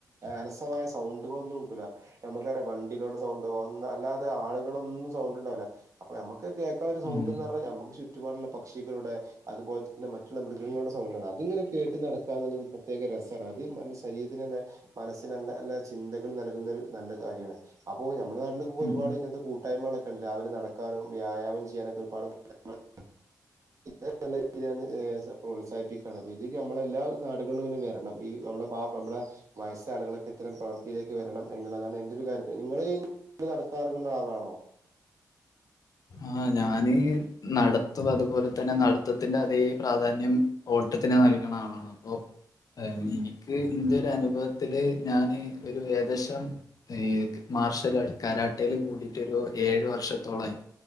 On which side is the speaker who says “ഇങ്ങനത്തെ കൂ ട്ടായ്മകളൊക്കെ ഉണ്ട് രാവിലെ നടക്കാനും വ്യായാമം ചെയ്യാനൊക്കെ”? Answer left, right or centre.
Right